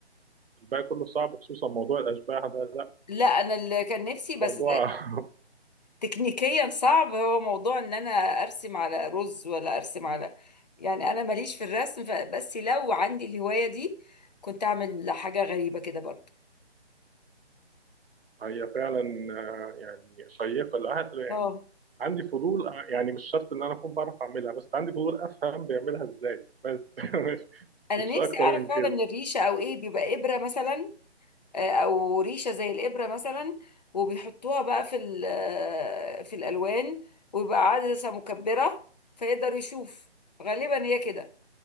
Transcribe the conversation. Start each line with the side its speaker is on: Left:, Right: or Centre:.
Right: الباقي كله صعب خصوصا موضوع الاشباح ده لا
Left: لا انا اللي كان نفسي بس
Right: موضوع <laughs>
Left: تكنيكيا صعب هو موضوع ان انا ارسم على رز ولا ارسم على يعني انا ماليش في الرسم ف- بس لو عندي الهواية دي كنت اعمل حاجة غريبة كده برضه
Right: هي فعلا آه، يعني شيقه للعقل يعني
Left: اه
Right: عندي فضول آه، يعني مش شرط ان انا اكون بعرف اعملها بس عندي فضول افهم بيعملها ازاي بس <laughs> مش
Left: انا
Right: مش
Left: نفسي
Right: اكتر
Left: اعرف
Right: من
Left: فعلا
Right: كده
Left: الريشة او ايه بيبقى ابرة مثلا آه، او ريشة زي الابرة مثلا وبيحطوها بقى في ال- آه، في الالوان ويبقى عدسة مكبرة فيقدر يشوف غالبا هي كده